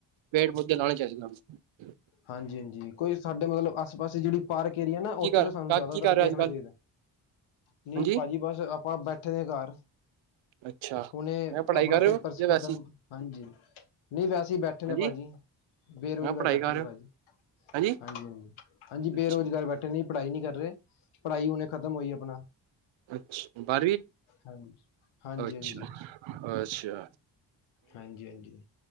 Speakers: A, on the right; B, on the left.
A: ਪੇੜ ਪੌਦੇ ਚਾਹੀਦੇ ਸਾਨੂੰ।
B: ਹਾਂਜੀ-ਹਾਂਜੀ ਕੋਈ ਸਾਡੇ ਮਤਲਬ ਆਸੇ-ਪਾਸੇ ਜਿਹੜੀ ਪਾਰਕ ਏਰੀਆ ਨਾ
A: ਕੀ
B: ਉੱਥੇ
A: ਕਰ
B: ਤੇ ਸਾਨੂੰ ਜ਼ਿਆਦਾਤਰ
A: ਕੀ ਕਰ ਰਹੇ ਹੋ
B: ਦੇਖਣਾ
A: ਅੱਜ ਕੱਲ
B: ਚਾਹੀਦਾ। ਨਹੀਂ
A: ਹਾਂਜੀ
B: ਭਾਜੀ ਬਸ ਆਪਾਂ ਬੈਠੇ ਦੇ ਘਰ।
A: ਅੱਛਾ
B: ਹੁਣੇ
A: ਮੈਂ ਪੜ੍ਹਾਈ
B: ਆਪਣਾ
A: ਕਰ ਰਹੇ
B: ਪੇਪਰਸ
A: ਹੋ ਜਾਂ
B: ਖਤਮ
A: ਵੈਸੇ
B: ਹਾਂਜੀ। ਨਈ ਵੈਸੇ ਈ ਬੈਠੇ
A: ਹਾਂਜੀ
B: ਨੇ ਪਾਜੀ, ਬੇਰੋਜਗਾਰ
A: ਮੈਂ ਪੜ੍ਹਾਈ
B: ਬੈ
A: ਕਰ
B: ਠੇ ਦੇ
A: ਰਹੇ
B: ਭਾਜੀ,
A: ਹੋ ਹਾਂਜੀ
B: ਹਾਂਜੀ-ਹਾਂਜੀ, ਹਾਂਜੀ
A: ਅੱਛਾ
B: ਬੇਰੋਜ਼ਗਾਰ ਬੈਠੇ ਨੇ, ਪੜ੍ਹਾਈ ਨੀ ਕਰ ਰਏ। ਪੜ੍ਹਾਈ ਹੁਣੇ ਖ਼ਤਮ ਹੋਈ ਅਪਣਾ।
A: ਅੱਛ ਬਾਰਵੀ,
B: ਹਾਂਜੀ ਹਾਂਜੀ
A: ਅੱਛਾ-ਅੱਛਾ।
B: ਹਾਂਜੀ ਹਾਂਜੀ-ਹਾਂਜੀ